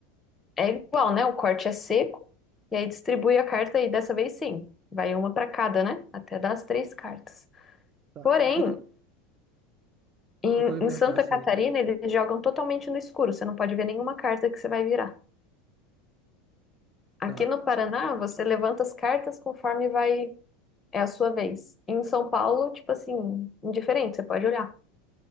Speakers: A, on the left; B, on the right.
A: é igual, né? O corte é seco e aí distribui a carta e dessa vez sim, vai uma para cada, né? Até dar as três cartas.
B: Tá.
A: Porém,
B: Inclu-
A: em,
B: Eu queria
A: em
B: perguntar
A: Santa
B: assim,
A: Catarina eles jogam totalmente no escuro, você não pode ver nenhuma carta que você vai virar. Aqui
B: tá.
A: no Paraná, você levanta as cartas conforme vai, é a sua vez. Em São Paulo, tipo assim, indiferente, você pode olhar.